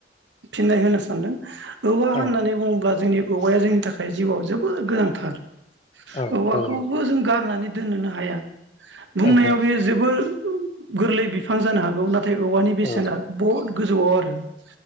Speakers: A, on the right (about 85°); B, on the left (about 35°).
A: फिननाय होनो सानदों । औवा
B: औ
A: होननानै
B: औ
A: बुङोब्ला जोंनि औवाया जोंनि थाखाय जिउआव जोबोद गोनांथार ।
B: औ
A: औवाखौबो
B: थारैनो
A: जों गारनानै दोननोनो हाया बुंनायाव
B: ओहो
A: बेयो जोबोर गोरलै बिफां जानो हागौ नाथ औवानि बेसेना
B: औ
A: बहु गोजौआव आरो ।